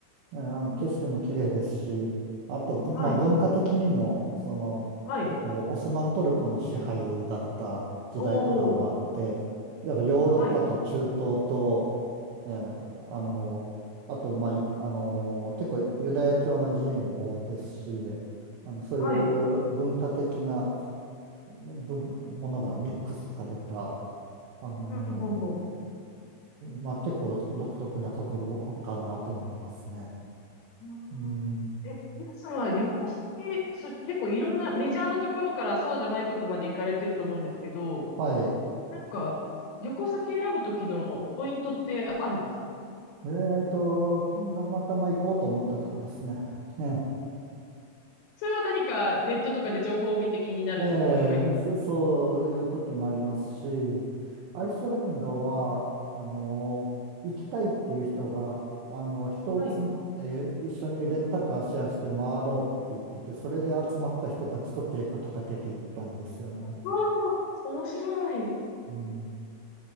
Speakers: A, on the right; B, on the left.
A: えーあの景色も綺麗ですし、
B: うん
A: あと、ぶまあ、
B: はい、
A: 文化的にも、その、
B: はい。
A: 結構オスマントルコの支配だった時代とかもあって、
B: おー、
A: やっぱヨーロッパと中東と、
B: はい、
A: えーあのあと、まあ、いあの結構ユダヤ教の寺院も多いですし、あの、そうい
B: はい。
A: う文化的なぶものがミックスされた、あの
B: うん、ほうほ
A: まあ、結構独特なところかなと思いますね。
B: う。あー
A: うん、
B: え、皆さんは旅行先、そ、結構いろんなメジャーなところからそうじゃないとこまで行かれてると思うんですけど、
A: はい。
B: なんか、旅行先選ぶときのポイントってあるんですか
A: えーと、たまたま行こうと思ったとこですね。え
B: それは何かネットとかで情報を見て気になるところとかいう。
A: え、ええそそういう時もありますし、アイスランドは、
B: うんうん
A: あの、行きたいっていう人が、あの、人を募って一緒にレンタカーシェアして回ろうって言ってて、
B: はい。
A: それで集まった人たちと計画立てていったんですよね。
B: わあ、面白い。
A: うん、